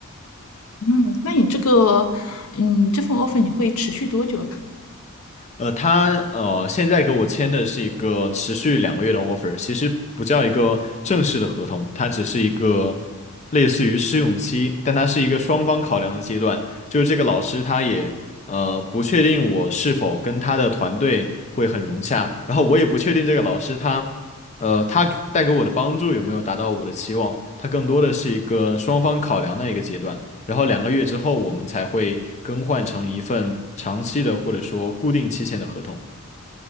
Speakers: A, on the left; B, on the left.
A: 嗯，那你这个嗯这份 offer 你会持续多久呢？
B: 呃，他呃现在给我签的是一个持续两个月的 offer，其实不叫一个正式的合同，它只是一个类似于试用期，但它是一个双方考量的阶段。就是这个老师他也呃不确定我是否跟他的团队会很融洽，然后我也不确定这个老师他呃他带给我的帮助有没有达到我的期望，他更多的是一个双方考量的一个阶段。然后两个月之后，我们才会更换成一份长期的或者说固定期限的合同。